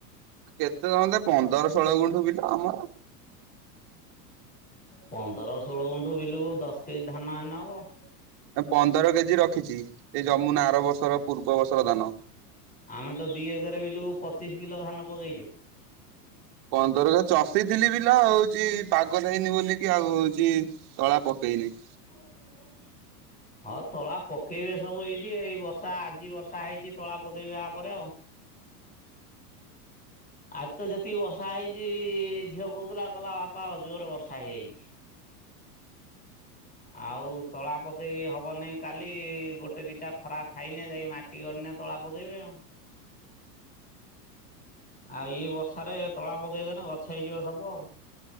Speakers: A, on the right; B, on the left.
A: କେତେ ସମଦାଏ ପନ୍ଦର ଷୋଳ ଗୁଣ୍ଠୁ ବିଲ ଆମର।
B: ପନ୍ଦର ଷୋଳ ଗୁଣ୍ଠୁ ବିଲୁକୁ ଦଶ କେଜି ଧାନ ହେନେ ହବ।
A: ଏ ପନ୍ଦର କେଜି ରଖିଚି ଏଇ ଯମୁନା ଆର ବର୍ଷର ପୂର୍ବ ବର୍ଷର ଧାନ।
B: ଆମେ ତ ଦି ଏକେରେ ବିଲୁକୁ ପଚିଶ କିଲୋ ଧାନ ପକେଇଚୁ।
A: ପନ୍ଦରକା ଚଷିଥିଲି ବିଲା ହଉଚି ପାଗ ଦେଇନି ବୋଲିକି ଆଉ ହଉଚି ତଳା ପକେଇନେଇ।
B: ହିଆଳେ ବିଲଟା <unintelligible> ହଁ ତଳା ପକେଇବେ ସବୁ ଏଇଠି ଏଇ ବର୍ଷା ଆଜି ବର୍ଷା ହେଇଚି ତଳା ପକେଇବେ ଆପରେ ଆଉ। ଆଜି ତ ଯେତିକି ବର୍ଷା ହେଇଚି ଝିଅ କହୁଥୁଲା କହିଲା ବାପା ଜୋରେ ବର୍ଷା ହେଇଯାଇଚି। ଆଉ ତଳା ପକେଇ ହବନେଇ କାଲି ଗୋଟେ ଦିଟା ଖରା ଖାଇନେ ଯାଇ ମା ଟି ଗଡ଼ିନେ ତଳା ପକାଇବେ ଆଉ। ଆଉ ଏ ବର୍ଷାରେ ତଳା ପକେଇଦେନ ଗଛ ହେଇଯିବ ସବୁ ଆଉ।